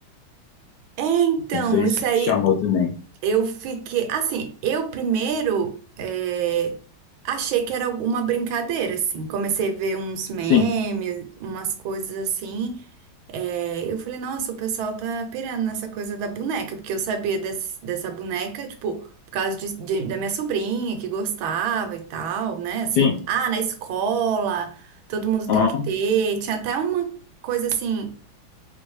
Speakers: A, on the right; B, on the left.
A: É, então,
B: Não sei
A: isso
B: se
A: aí,
B: te chamou também.
A: Eu fiquei, assim, eu primeiro eh, achei que era alguma brincadeira, assim. Comecei a ver uns memes,
B: Sim,
A: umas coisas assim. eh, eu falei, nossa, o pessoal tá pirando nessa coisa da boneca, porque eu sabia des- dessa boneca, tipo, por causa de- de- da minha sobrinha que gostava e tal, né?
B: sim,
A: Assim, ah, na escola, todo mundo
B: aham,
A: tem que ter. Tinha até uma coisa assim